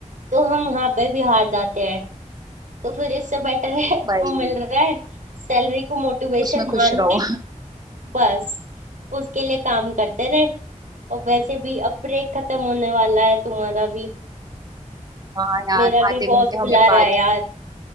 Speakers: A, on the right; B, on the right.
A: तो हम वहां पे भी हार जाते हैं तो फिर इससे बेटर है <laughs> जो
B: वही
A: मिल रहा है सैलरी को मोटिवेशन
B: उसमें खुश
A: मान
B: रहो
A: के बस उसके लिए काम करते रहे और वैसे भी अब ब्रेक खत्म होने वाला है तुम्हारा भी
B: <laughs> हाँ यार
A: मेरा भी
B: आधे
A: बॉस
B: घंटे हमें
A: बुला रहा
B: बात
A: है यार